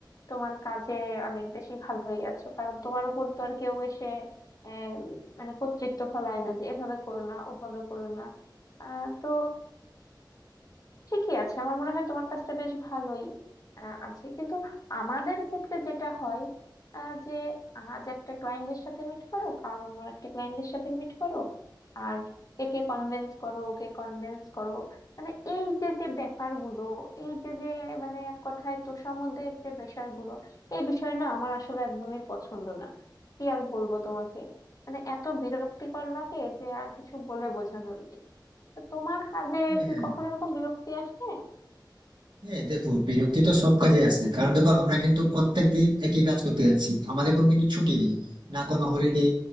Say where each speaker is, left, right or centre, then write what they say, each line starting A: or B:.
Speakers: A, on the left; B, on the right.
A: তোমার কাজে অনেক বেশি ভালোই আছো কারণ তোমার উপর তো আর কেউ এসে আহ, মানে কর্তৃত্ব ফলায় না যে এভাবে করো না ওভাবে করো না আহ, তো ঠিকই আছে আমার মনে হয় তোমার কাজটা বেশ ভালোই আহ, আছে কিন্তু আমাদের ক্ষেত্রে যেটা হয় আহ, যে আজ একটা ক্লায়েন্টের সাথে মিট করো কাল অন্য একটা ক্লায়েন্টের সাথে মিট করো আর একে কনভিন্স করো ওকে কনভিন্স করো মানে এই যে যে ব্যাপারগুলো এই যে যে মানে এক কথায় তোষামোদের যে বিষয়গুলো এই বিষয় না আমার আসলে একদমই পছন্দ না কি আর বলবো তোমাকে মানে এত বিরক্তিকর লাগে যে আর কিছু বলে বোঝানোর নেই তা তোমার কাজে কি
B: হ্যাঁ
A: কখনো এরকম বিরক্তি আসে
B: হ্যাঁ দেখো বিরক্তি তো সব কাজে আসে কারণ দেখো আমরা কিন্তু প্রত্যেক দিন একই কাজ করতে যাচ্ছি আমাদের কোনো কিন্তু ছুটি নেই না কোনো হলিডে